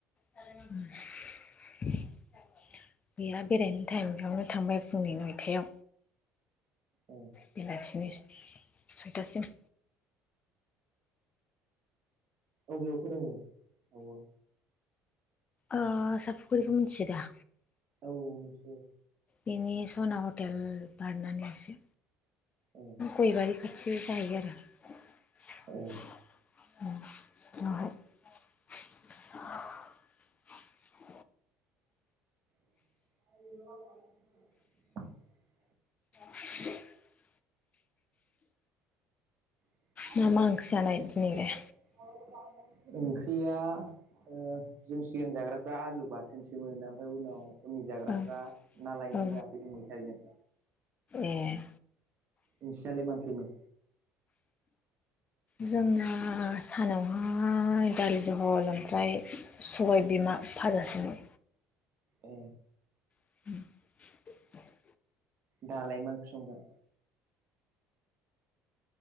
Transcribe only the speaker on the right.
ए
अबेयाव फोरोङो आब'आ?
औ मोनथियो।
ए
ए
<inaudible>
<unintelligible>
ओंख्रिया ओ जों सिगां जाग्राफ्रा आलु बाथोनसोमोन ओमफ्राय उनाव उननि जाग्राफ्रा
ना लायनानै
जाफैदों मैथाजों।
नोंसिनालाय मा आंख्रिमोन?
ए
दालाय मा ओंख्रि संगोन?